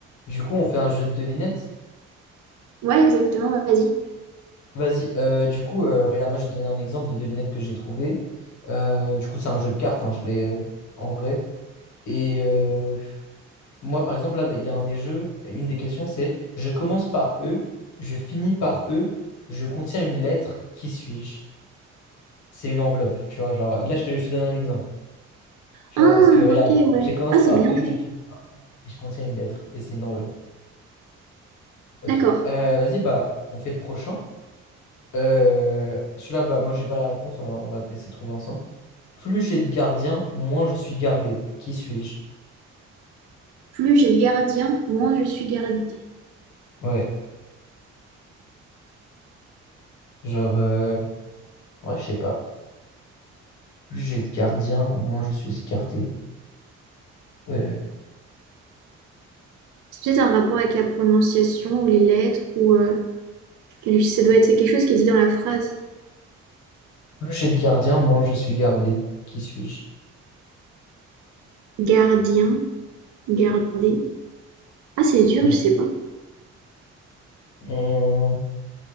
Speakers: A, on the left; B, on the right.
A: Du coup, on fait un jeu de devinettes.
B: Ouais, exactement, vas-y.
A: Vas-y, euh, du coup, euh, regarde, moi je vais te donner un exemple de devinette que j'ai trouvé. Euh, du coup, c'est un jeu de cartes, hein, je l'ai euh, en vrai. Et euh, moi, par exemple, là, il y a un des jeux, une des questions, c'est je commence par E, je finis par E, je contiens une lettre, qui suis-je? C'est une enveloppe, tu vois, genre, là, je te, je te donne un exemple, tu
B: Ah,
A: vois, parce que regarde,
B: ok, ouais.
A: je commence
B: Ah, c'est
A: par
B: bien
A: E,
B: fait.
A: je finis par E, et je contiens une lettre, et c'est une enveloppe. Ok,
B: D'accord.
A: Euh, vas-y, bah, on fait le prochain. Euh, celui-là, bah, moi, j'ai pas la réponse. On va, on va essayer de trouver ensemble. Plus j'ai de gardiens, moins je suis gardé. Qui suis-je?
B: Plus j'ai de gardiens, moins je suis gardée.
A: Ouais. Genre, euh, ouais, je sais pas. Plus j'ai de gardiens, moins je suis gardé. Euh,
B: C'est peut-être un rapport avec la prononciation ou les lettres ou euh, quel- ça doit être quelque chose qui est dit dans la phrase.
A: plus j'ai de gardiens, moins je suis gardé. Qui suis-je?
B: Gardien, garder Ah, c'est dur,
A: Hum,
B: je sais pas.
A: hum.